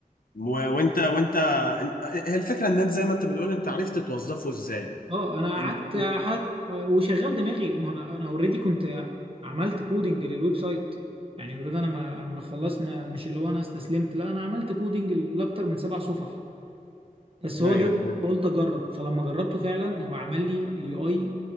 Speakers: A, on the left; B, on the right.
A: و- وانت وانت انت- هي الفكره ان انت زي ما انت بتقول انت عرفت توظفه ازاي
B: اه انا
A: انت
B: قعدت
A: انت-
B: حد... وشغال دماغي ما هو انا انا اوريدي كنت عملت كودنج للويب سايت يعني اوريدي انا ما ما خلاص ما مش اللي هو انا استسلمت لا انا عملت كودنج لاكتر من سبع صفح بس هو
A: ايوه
B: جه
A: فهمت.
B: قلت اجرب فلما جربته فعلا هو عمل لي اليو اي